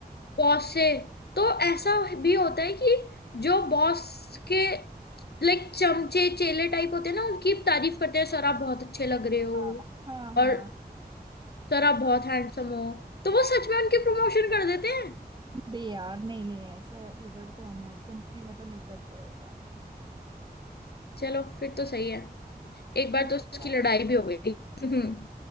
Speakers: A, on the left; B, on the right.
A: बॉस से तो ऐसा भी होता है कि जो बॉस के लाइक चमचे चेले टाइप होते हैं ना उनकी तारीफ करते हैं सर आप बहुत अच्छे लग रहे हो
B: हाँ हाँ
A: और
B: हाँ
A: सर आप बहुत हैंडसम हो तो वो सच में उनकी प्रमोशन कर देते हैं
B: बे यार नहीं नहीं ऐसा इधर तो हमारी कंपनी में तो नहीं करते ऐसा
A: चलो फिर तो सही है एक
B: तू
A: बार
B: क्या?
A: तो उसकी लड़ाई भी हो गई <laughs>